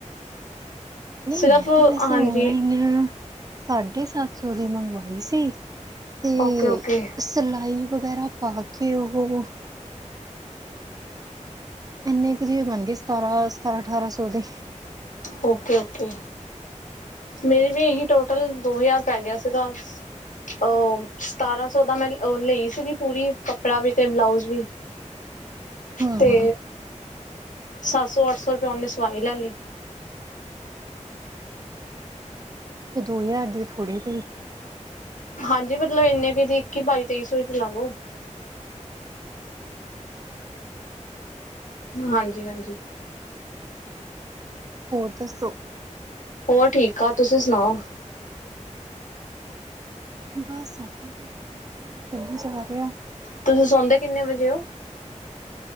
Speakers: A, on the right (about 30°); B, on the left (about 80°).
A: ਨਹੀਂ
B: ਸਿਰਫ
A: ਮੈਂ ਤਾਂ ਵੈਸੇ
B: ਹਾਂਜੀ
A: ਔਨਲਾਈਨ ਸਾਢੇ ਸੱਤ ਸੌ ਦੀ ਮੰਗਵਾਈ ਸੀ ਤੇ
B: ਓਕੇ ਓਕੇ
A: ਸਿਲਾਈ ਵਗੈਰਾ ਪਾ ਕੇ ਉਹ ਇੰਨੇ ਕੁ ਦਿ ਬਣ ਗਏ ਸਤਾਰਾਂ ਸਤਾਰਾਂ ਅਠਾਰਾਂ ਸੌ ਦੇ
B: ਓਕੇ ਓਕੇ ਮੇਰੀ ਵੀ ਇਹੀ ਟੋਟਲ ਦੋ ਹਜ਼ਾਰ ਪੈ ਗਿਆ ਸੀ ਗਾ ਅਹ ਸਤਾਰਾਂ ਸੌ ਦਾ ਮੈਂ ਲਈ ਸੀਗੀ ਪੂਰੀ ਕੱਪੜਾ ਵੀ ਅਤੇ ਬਲਾਊਜ਼ ਵੀ
A: ਹੂੰ
B: ਤੇ ਸੱਤ ਸੌ ਅੱਠ ਸ ਰੁਪਇਆ ਉਹਨੇ ਸਵਾਈ ਲੈ ਲਈ
A: ਫ ਦੋ ਹਜ਼ਾਰ ਦੀ ਥੋੜ੍ਹੀ ਪਈ
B: ਹਾਂਜੀ ਮਤਲਬ ਇੰਨੇ ਕਿ ਇੱਕੀ ਬਾਈ ਤੇਈ ਸੌ ਹੀ ਤੇ ਲਾ ਲੋ ਹਾਂਜੀ ਹਾਂਜੀ
A: ਹੋਰ ਦੱਸੋ ਤੋਂ
B: ਹੋਰ ਠੀਕ ਠਾਕ ਤੁਸੀਂ ਸੁਣਾਓ
A: ਬਸ ਆਪਾਂ ਵੀ ਠੀਕ ਆਾਂ ਚੱਲ ਜਾ ਰਿਹਾ
B: ਤੁਸੀਂ ਸੌਂਦੇ ਕਿੰਨੇ ਵਜੇ ਹੋ